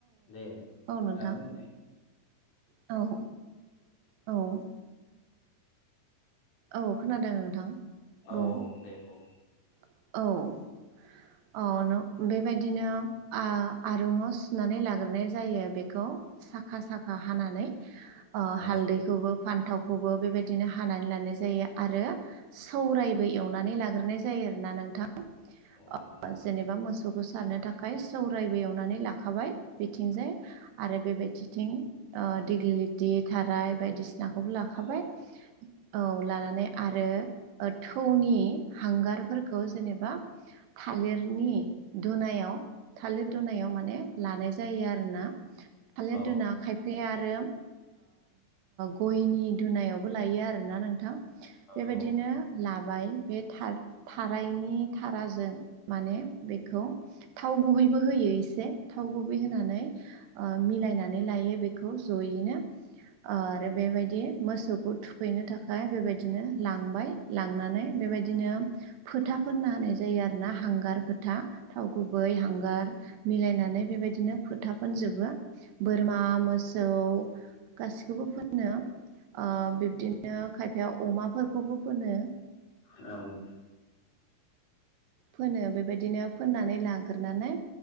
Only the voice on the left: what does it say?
दे
नोंथाङा
बुंलाय
औ
औ दे बुं
औ
औ नोंथां
औ
औ
औ औ
औ